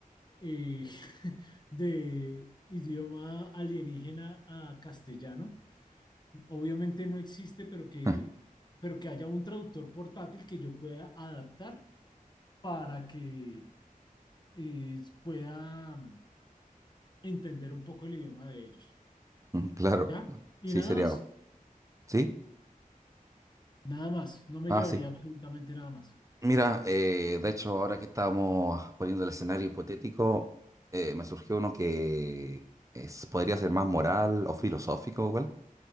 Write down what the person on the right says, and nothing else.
<laughs>
Claro,
sí,
sería.
¿Sí?
Ah,
sí.
Mira, eh, de hecho, ahora que estábamos poniendo el escenario hipotético, eh, me surgió uno que es- podría ser más moral o filosófico, igual.